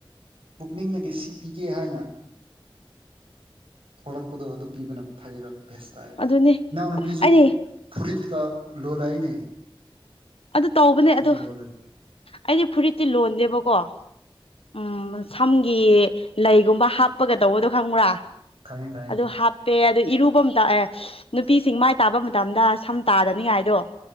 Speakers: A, on the right (about 70°); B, on the left (about 90°).
A: ꯄꯨꯛꯅꯤꯡꯗꯒꯤ ꯁꯤ ꯄꯤꯒꯦ ꯍꯥꯏꯅ ꯊꯣꯛꯂꯛꯄꯗꯣ ꯑꯗꯨ ꯄꯤꯕꯅ ꯐꯩꯗ ꯚꯦꯁꯇꯥꯏ
B: ꯑꯗꯨꯅꯦ
A: ꯏꯅꯥꯎꯅꯨꯄꯤꯁꯨ
B: ꯑꯩꯅꯦ
A: ꯐꯨꯔꯤꯠꯀ ꯂꯣ ꯂꯩꯅꯦ
B: ꯑꯗꯨ ꯇꯧꯕꯅꯦ ꯑꯗꯨ
A: ꯂꯣꯜꯂꯦ
B: ꯑꯩꯗꯤ ꯐꯨꯔꯤꯠꯇꯤ ꯂꯣꯟꯗꯦꯕꯀꯣ ꯎꯝ ꯁꯝꯒꯤ ꯂꯩꯒꯨꯝꯕ ꯍꯥꯞꯄꯒ ꯇꯧꯕꯗꯣ ꯈꯪꯕ꯭ꯔꯥ
A: ꯈꯪꯉꯦ ꯈꯪꯉꯦ
B: ꯑꯗꯨ ꯄꯦ ꯑꯗꯨꯗ ꯏꯔꯨꯕ ꯑꯃꯇ ꯑꯦ ꯅꯨꯄꯤꯁꯤꯡ ꯃꯥꯏ ꯇꯥꯕ ꯃꯇꯝꯗ ꯁꯝ ꯇꯥꯗꯅꯤꯡꯉꯥꯏꯗꯣ